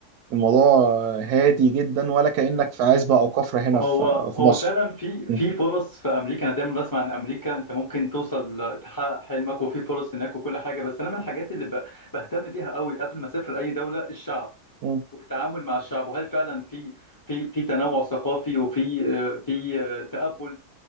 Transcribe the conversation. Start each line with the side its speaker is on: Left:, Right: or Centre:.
Right: الموضوع هادي جدا ولا كأنك في عزبة أو كفرة هنا
Left: هو
Right: في,
Left: هو
Right: في مصر
Left: فعلا في
Right: م.
Left: في فرص في امريكا انا دايما بسمع ان امريكا انت ممكن توصل تحقق حلمك وفي فرص هناك وكل حاجه بس انا من الحاجات اللي ب- بهتم بيها قوي قبل ما اسافر اي دوله الشعب
Right: م.
Left: والتعامل مع الشعب وهل فعلا في في في تنوع ثقافي وفي آه، في آه، تقبل